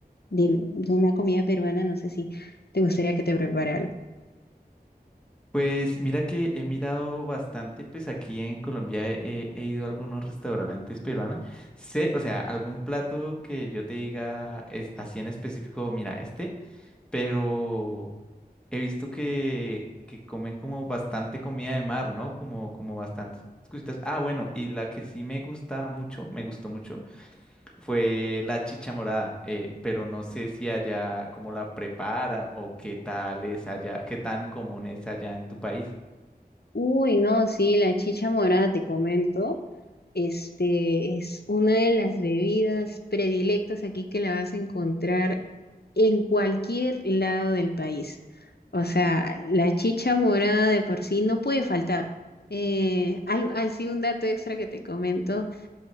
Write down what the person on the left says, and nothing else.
de, de una comida peruana, no sé si te gustaría que te prepare algo.
Uy, no, sí, la chicha morada, te comento. Este es una de las bebidas predilectas aquí que la vas a encontrar en cualquier lado del país. O sea, la chicha morada de por sí no puede faltar. Eh, al- así un dato extra que te comento.